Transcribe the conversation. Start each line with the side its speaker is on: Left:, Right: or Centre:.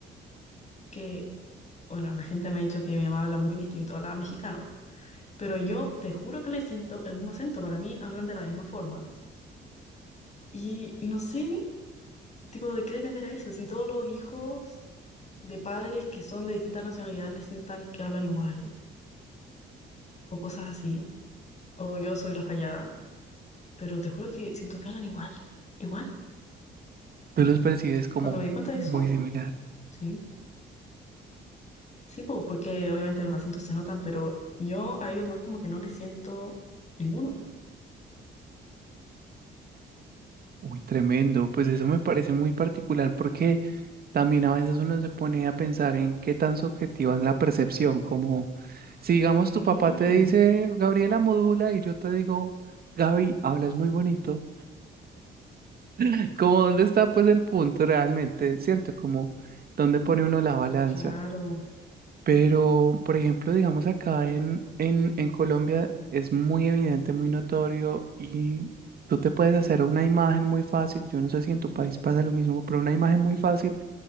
Left: que, bueno, la gente me ha dicho que mi mamá habla muy distinto a la mexicano, pero yo te juro que le siento el mismo acento, para mí hablan de la misma forma y no sé, tipo, ¿de qué dependerá eso? Si todos los hijos... de padres que son de distintas nacionalidades les sientan que hablan igual, o cosas así, o yo soy la fallada, pero te juro que siento que hablan igual, igual.
Right: Tú los percibes como
Left: Cuando me di cuenta de
Right: muy
Left: eso,
Right: similar.
Left: sí, sí, pues, porque obviamente los acentos se notan, pero yo a ellos dos como que no les siento ninguno.
Right: Uy, tremendo. Pues eso me parece muy particular porque también a veces uno se pone a pensar en qué tan subjetiva es la percepción. Como si, digamos,
Left: Mm,
Right: tu papá te dice, Gabriela modula, y yo te digo, Gaby, hablas muy bonito. <laughs> Como, ¿dónde está pues el punto realmente? ¿Cierto? Como, ¿dónde pone uno la balanza?
Left: claro.
Right: Pero, por ejemplo, digamos acá en, en, en Colombia es muy evidente, muy notorio y tú te puedes hacer una imagen muy fácil. Yo no sé si en tu país pasa lo mismo, pero una imagen muy fácil